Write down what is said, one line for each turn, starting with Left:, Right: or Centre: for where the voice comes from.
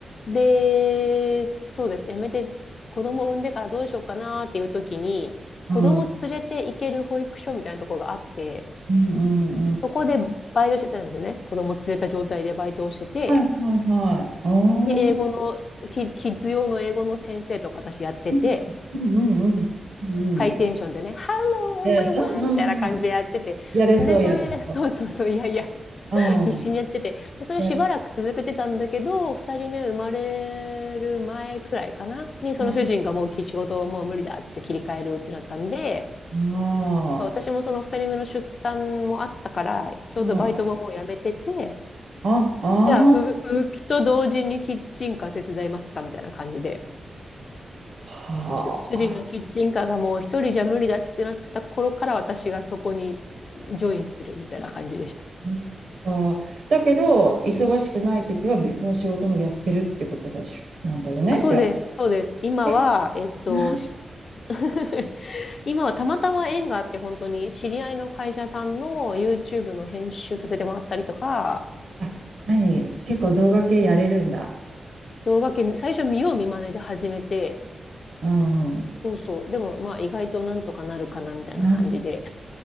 Left: で、そうです、辞めて、子供産んでからどうしようかなっていう時に、
Right: うん、
Left: 子供連れて行ける保育所みたいなとこがあって、
Right: うん、うん。うん
Left: そこでバイトしてたんですよね。子供連れた状態でバイトをしてて、
Right: はい、はい、はい。おー
Left: で、英語の、キキッズ用の英語の先生とか私やってて、
Right: うんうんうんうんうん。
Left: ハイテンションでね、
Right: い
Left: Hello
Right: や、
Left: everyone!
Right: うんうんうん。
Left: みたいな感じでやってて、
Right: やれそう、
Left: で、それ、
Right: やれそ
Left: そうそうそう、いやいや、
Right: う。
Left: <laughs>
Right: うん。
Left: 必死にやってて、でそれしばらく続けてたんだけど、
Right: やる。
Left: 2人目生まれる前くらいかな、にその主人がもうちょうどもう無理だっつって切り替えるってなったんで、
Right: ああ、
Left: 私もその2人目の出産もあったから、ちょうどバイトももうやめてて、
Right: ああ、あ
Left: じゃあ、ふ <laughs> 復帰と同時にキッチンカー手伝いますかみたいな感じで。
Right: あ、はあ、
Left: 主主人のキッチンカーがもう一人じゃ無理だってなった頃から私がそこにジョインするみたいな感じでした。
Right: そっか。だけど、忙しくないときは別の仕事もやってるってことだし、なんだよね、
Left: あ、そうです、
Right: じゃあ。
Left: そうです。今は、
Right: え、
Left: えっと、
Right: なん、
Left: し <laughs> 今はたまたま縁があって本当に知り合いの会社さんの YouTube の編集させてもらったりとか、
Right: あ、何結構動画系やれるんだ。
Left: 動画系最初見よう見まねで始めて、
Right: うん。
Left: そうそう、でもまあ意外となんとかなるかなみたいな感じで
Right: なん、